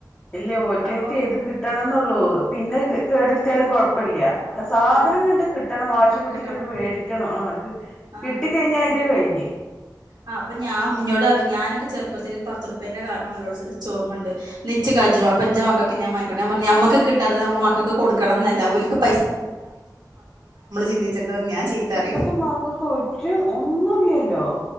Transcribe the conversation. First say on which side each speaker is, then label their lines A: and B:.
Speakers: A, on the left; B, on the right.
A: ഇല്ലേ റ്റയ്ക്ക്
B: അപ്പൊ
A: ത് കിട്ടണംന്നൊള്ളു പിന്നെ കേടെരുത്തിയാലും കുഴപ്പല്യ സാധനം
B: ആഹ്
A: ങ്ങട്ട് കിട്ടണം വാശി പിടിച്ചിട്ടിണ്ട്
B: കിട്ടണം
A: മേടിക്കണം ആ
B: ആഹ്
A: കിട്ടി കഴിഞ്ഞ അതിന്റെ കഴിഞ്ഞു ഏ
B: ആഹ് അപ്പ ഞാ ഇനോട് പറഞ് ഞാനൊക്കെ ചെറുപ്പത്തില് ഒരു പത്തൂറിപ്പിയെന്റെ കാറിന് നോലോളിച്ചത് ഇചോർമ്മണ്ട് നി ഇച്ച് കജ്ജും അപ്പൊ ന്റെ മക്കക്ക് ഞാൻ വാങ്ങി കൊടുക്കാ ഞാൻ പറഞ് ഞമ്മക്ക് കിട്ടാത്തത് ഞമ്മടെ മക്കക്ക് കൊട്ക്കണം ന്ന് അല്ല ഓല്ക്ക് ചിന്തിച്ചണ്ടത് ഞാൻ ചീത്ത
A: ഇല്ല
B: പറയും
A: ഇപ്പത്തെ മക്കക്കൊരു ഒന്നും ഇല്ലല്ലോ